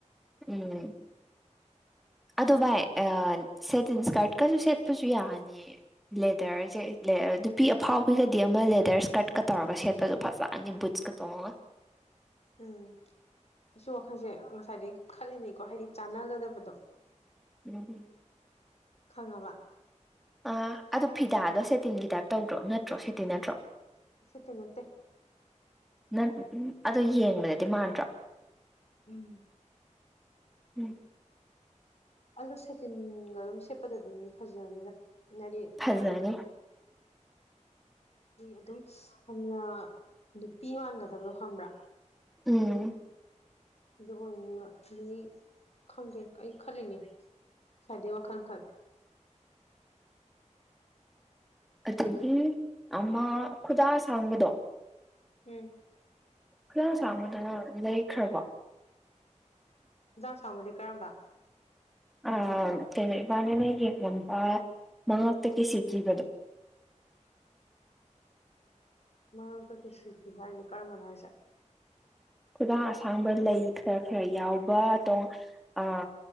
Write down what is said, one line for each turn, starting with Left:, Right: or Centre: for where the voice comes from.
Centre: ꯎꯝ ꯑꯗꯣ ꯚꯥꯏ ꯁꯦꯇꯤꯟ ꯏꯁꯀꯥꯔꯠꯀꯁꯨ ꯁꯦꯠꯄꯁꯨ ꯌꯥꯅꯤꯌꯦ ꯂꯦꯗꯔꯁꯦ ꯅꯨꯄꯤ ꯑꯐꯥꯎꯕꯤꯒꯗꯤ ꯑꯃ ꯂꯦꯗꯔ ꯏꯁ꯭ꯀꯔꯠꯀ ꯇꯧꯔꯒ ꯁꯦꯠꯄꯗꯣ ꯐꯖꯅꯤ ꯕꯨꯠ ꯕꯨꯠꯀ ꯇꯣꯡꯉꯥ
Left: ꯎꯝ ꯑꯩꯁꯨ ꯋꯥꯈꯜꯁꯦ ꯉꯁꯥꯏꯗꯒꯤ ꯈꯜꯂꯤꯅꯤꯀꯣ ꯍꯥꯏꯗꯤ ꯆꯥꯟꯅꯒꯗꯕꯗꯣ
Centre: ꯎꯝ
Left: ꯈꯪꯉꯕ
Centre: ꯑ ꯑꯗ ꯐꯤꯗꯥꯗꯣ ꯁꯦꯇꯤꯟꯒꯤ ꯇꯥꯏꯞ ꯇꯧꯗ꯭ꯔꯣ ꯅꯠꯇ꯭ꯔꯣ ꯁꯦꯇꯤꯟ ꯅꯠꯇ꯭ꯔꯣ
Left: ꯁꯦꯇꯤꯟ ꯅꯠꯇꯦ
Centre: ꯅꯪ ꯑꯗꯣ ꯌꯦꯡꯕꯗꯗꯤ ꯃꯥꯟꯗ꯭ꯔꯣ
Left: ꯎꯝ
Centre: ꯎꯝ
Left: ꯑꯗꯣ ꯁꯦꯇꯤꯟꯒ ꯑꯗꯨꯝ ꯁꯦꯠꯄꯗ ꯑꯗꯨꯝ ꯐꯖꯅꯤꯗ ꯅꯥꯗꯤ
Centre: ꯐꯖꯅꯤ
Left: ꯑꯗꯨꯝ ꯌꯥꯝꯅ ꯅꯨꯄꯤ ꯃꯥꯟꯒꯗꯕꯗꯣ ꯈꯪꯕ꯭ꯔꯥ
Centre: ꯎꯝ
Left: ꯑꯗꯨ ꯑꯣꯏꯅꯦꯕ ꯑꯗꯩ ꯈꯪꯗꯦ ꯑꯩ ꯈꯜꯂꯤꯅꯦ ꯉꯥꯏꯗꯩ ꯋꯥꯈꯜ ꯈꯟ
Centre: ꯑꯗꯒꯤ ꯑꯃ ꯈꯨꯗꯥ ꯑꯁꯥꯡꯕꯗꯣ
Left: ꯎꯝ
Centre: ꯈꯨꯗꯥꯡ ꯑꯁꯥꯡꯕꯗꯣ ꯅꯪ ꯂꯩꯈ꯭ꯔꯀꯣ
Left: ꯈꯨꯗꯥꯡ ꯁꯥꯥꯡꯕꯨꯗꯤ ꯀꯔꯝꯕ
Centre: ꯑꯥ ꯀꯩꯅꯣ ꯏꯕꯥꯟꯅꯤꯅ ꯌꯦꯡꯕ ꯅꯨꯄꯥ ꯃꯉꯥꯛꯇ ꯀꯤꯁꯤ ꯀꯤꯕꯗꯣ
Left: ꯃꯉꯥꯛꯇ ꯀꯤꯁꯤ ꯀꯤꯕ ꯍꯥꯏꯁꯦ ꯀꯔꯝꯕꯅꯤ ꯍꯥꯏꯁꯦ
Centre: ꯈꯨꯗꯥꯡ ꯑꯁꯥꯡꯕ ꯂꯩ ꯈꯔ ꯈꯔ ꯌꯥꯎꯕ ꯇꯦꯡ ꯑ